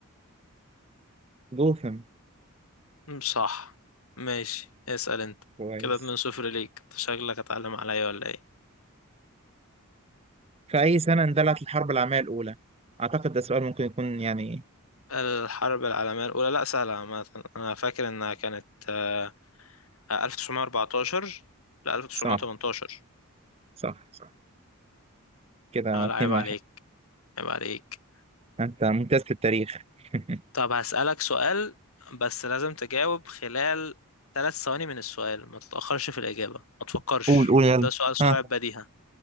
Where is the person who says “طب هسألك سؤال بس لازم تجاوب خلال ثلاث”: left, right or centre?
Left